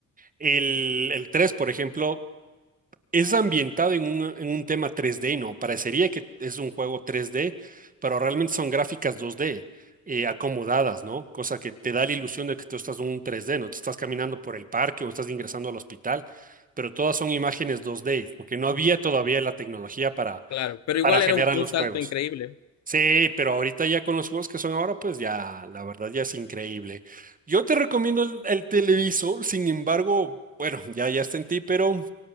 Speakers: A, on the right (about 25°); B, on the left (about 60°).
A: el, el 3, por ejemplo, Es ambientado en un, en un tema 3D, ¿no? Parecería que es un juego 3D, pero realmente son gráficas 2D eh, acomodadas, ¿no? Cosa que te da la ilusión de que tú estás en un 3D, ¿no? Te estás caminando por el parque o estás ingresando al hospital, pero todas son imágenes 2D, porque no había todavía la tecnología para,
B: Claro, pero igual
A: para generar
B: era un, un
A: los
B: salto
A: juegos.
B: increíble.
A: Sí, pero ahorita ya con los juegos que son ahora, pues ya, la verdad ya es increíble. Yo te recomiendo el, el televisor, sin embargo, bueno, ya, ya está en ti, pero...